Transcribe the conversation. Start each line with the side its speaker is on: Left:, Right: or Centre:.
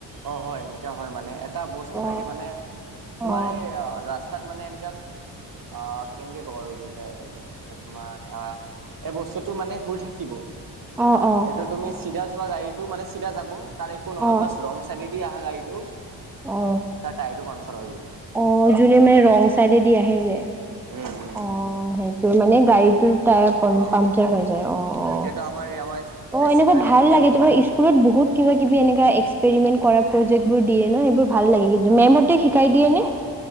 Right: অ হয়, এনেকা হয় মানে, এটা বস্তু
Centre: অ
Right: থাকে মানে তোমাৰ
Centre: অ
Right: এই ৰাস্তা তাত মানে এনেকা, আহ, কেনেকে কম আৰু বুজাই মানে, এতিয়া তোমাক আহ এই বস্তুটো মানে শুই থাকিব।
Centre: অ অ
Right: এইটো তুমি চিধা যোৱা, গাড়ীতো মানে চিধা যাব। তাৰে একো নহয়
Centre: অ
Right: বা ৰং চাইডে দি আহা গাড়ীটো,
Centre: অ
Right: তাৰ টায়াৰটো পামচাৰ হৈ যাব।
Centre: অ, যোনে মানে ৰং চাইডে দি আহে যে
Right: উম-উম
Centre: অ, সেইটো মানে গাড়ীটোৰ টায়াৰ পাম
Right: অ
Centre: -পামচাৰ হৈ যায়। অ-অ।
Right: এতিয়াতো আমাৰ আমাৰ
Centre: অ,
Right: বেছিভাগ
Centre: এনেকুৱা ভাল
Right: এনেকে
Centre: লাগে।
Right: হয়
Centre: তোমাৰ স্কুলত বহুত কিবা-কিবি এনেকা এক এক্সপেৰিমেন কৰা প্ৰজেক্টবোৰ দিয়ে ন, এইবোৰ ভাল লাগে কিন্তু, মেম হতে শিকাই দিয়ে নে?